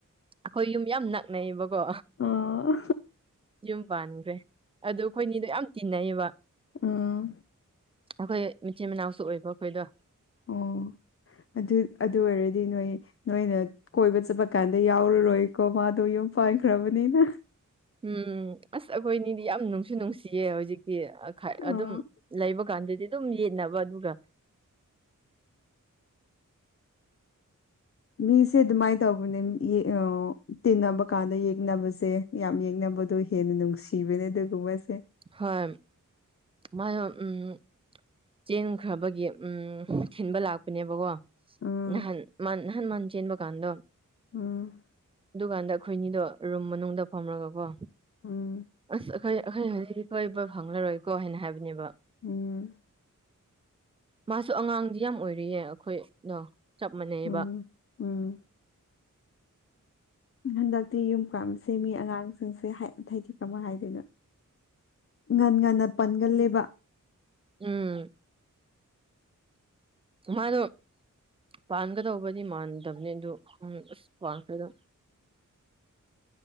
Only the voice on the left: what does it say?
ꯑꯣ
ꯑꯥ
ꯑꯣ ꯑꯗꯨ ꯑꯗꯨ ꯑꯣꯏꯔꯗꯤ ꯅꯣꯏ ꯅꯣꯏꯅ ꯀꯣꯏꯕ ꯆꯠꯄ ꯀꯥꯟꯗ ꯌꯥꯎꯔꯔꯣꯏꯀꯣ ꯃꯥꯗꯣ ꯌꯨꯝ ꯄꯥꯟꯈ꯭ꯔꯕꯅꯤꯅ
ꯑ
ꯃꯤꯁꯦ ꯑꯗꯨꯃꯥꯏ ꯇꯧꯕꯅꯦ ꯌꯦ ꯑꯥ ꯇꯤꯟꯅꯕ ꯀꯥꯟꯗ ꯌꯦꯛꯅꯕꯁꯦ ꯌꯥꯝ ꯌꯦꯡꯅꯕꯗꯣ ꯍꯦꯟꯅ ꯅꯨꯡꯁꯤꯕꯅꯦ ꯑꯗꯨꯒꯨꯝꯕꯁꯦ
ꯎꯝ
ꯎꯝ
ꯎꯝ
ꯎꯝ
ꯎꯝ ꯎꯝ ꯍꯟꯗꯛꯇꯤ ꯌꯨꯝ ꯄꯥꯝꯕꯁꯦ ꯃꯤ ꯑꯉꯥꯡꯁꯤꯡꯁꯦ ꯍꯥꯏ ꯍꯥꯏꯗꯤ ꯀꯃꯥꯏ ꯍꯥꯏꯗꯣꯏꯅꯣ ꯉꯟ ꯉꯟꯅ ꯄꯟꯒꯜꯂꯦꯕ